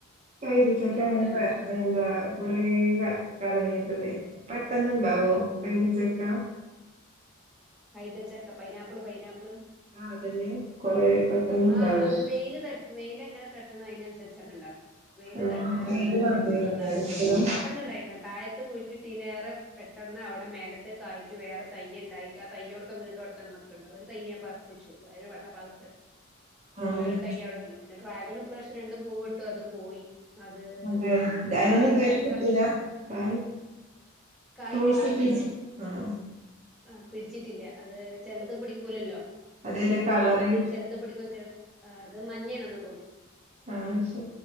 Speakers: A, on the right; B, in the centre.
A: കൈതച്ചക്ക
B: അങ്ങനെയൊക്കെ
A: തന്നിപ്പ എന്താ കൊറേ കാലായി <inaudible> പെട്ടെന്നുണ്ടാവോ കൈതച്ചക്ക
B: കൈതച്ചക്ക പൈനാപ്പിള് പൈനാപ്പിള്
A: ആഹ് അതന്നെ കൊറേ പെട്ടെന്നുണ്ടാവോ
B: ആ അത് വേൽ തട്‌ വേൽ എങ്ങനെ തട്ട് ട്ടണം അതിനനുസരിച്ചാണ് ഉണ്ടാവുക. വെയില്
A: ആഹ്
B: തട്ടലാണ്
A: വെയില് വേണ്ടിവരുല്ലേ
B: അതിന്റെ പ്രധാനം
A: എപ്പളും
B: ആ പെട്ടെന്നുണ്ടായി താഴത്ത് കുഴിച്ചിട്ടിലേറെ പെട്ട് പെട്ടന്ന് അവിടെ മേലത്ത് കായ്ച്ചു വേറെ തൈയ്യ് ഉണ്ടായി. തയ്യോടൊക്കെ വീണ്ടു അവിടെത്തന്നെ നിക്കണ്ട് ഒരു തൈയ്യ് ഞാൻ പറിച്ചൂച്ച് ഒരു വട്ട പാത്രത്തി ഇ
A: ആഹ്
B: വേറൊരു തയ്യ് അവിടണ്ട് <unintelligible> ഡ്രാഗൺ ഇ പ്രശ്യം രണ്ട് പൂ വിട്ടു അത് പോയി അത്
A: അതെ അയ്മന്ന്
B: കായ്
A: ഇതുവരെ
B: കായ്ക്ക
A: കിട്ടീല കായ്
B: കായ്
A: ഫ്രൂട്ട്സ്
B: പിടിച്ചിട്ടില്ല
A: കിട്ടീന ആഹ്
B: ആ പിടിച് ട്ടില്ല അത് ചിലത് പിടിക്കൂലല്ലോ.
A: അതെ അതെ
B: ഏത്
A: കളറിങ്
B: ഫ്രൂട്ട്സ് ആണെങ്കിലും ചിലത് പിടിക്കു ചില് ഉത് മഞ്ഞയാണെന്ന് തോന്നുന്നു.
A: പാൻസ്